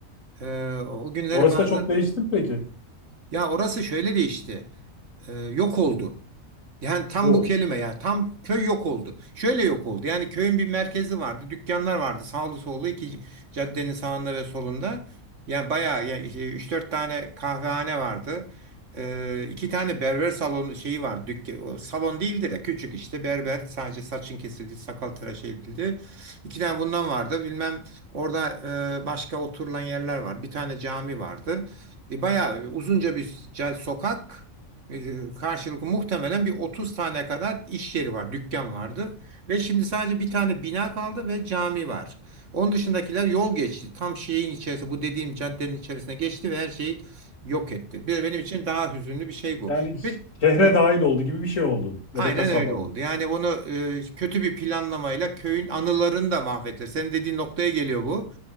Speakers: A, on the right; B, on the left.
A: Ee, o günleri
B: Orası
A: bazen
B: da çok değişti mi peki?
A: ya orası şöyle değişti. Ee, yok oldu. Yani tam
B: O.
A: bu kelime ya. Tam köy yok oldu. Şöyle yok oldu. Yani köyün bir merkezi vardı. Dükkanlar vardı. Sağlı sollu iki caddenin sağında ve solunda. Yani bayağı ya 3-4 tane kahvehane vardı. Ee, iki tane berber salonu şeyi var. Dükkan, o salon değildi de küçük işte berber sadece saçın kesildi, sakal tıraş edildi. İki tane bundan vardı. Bilmem orada e, başka oturulan yerler var. Bir tane cami vardı. E, bayağı uzunca bir ca- sokak. E, Karşılıklı muhtemelen bir 30 tane kadar iş yeri var, dükkan vardı. Ve şimdi sadece bir tane bina kaldı ve cami var. Onun dışındakiler yol geçti. Tam şeyin içerisi, bu dediğim caddenin içerisine geçti ve her şeyi yok etti. Bir benim için daha hüzünlü bir şey bu.
B: Yani
A: Peki,
B: şehre
A: hı.
B: dahil oldu gibi bir şey oldu ya
A: Aynen
B: da kasaba.
A: öyle oldu. Yani bunu e, kötü bir planlamayla köyün anılarını da mahvettiler. Senin dediğin noktaya geliyor bu.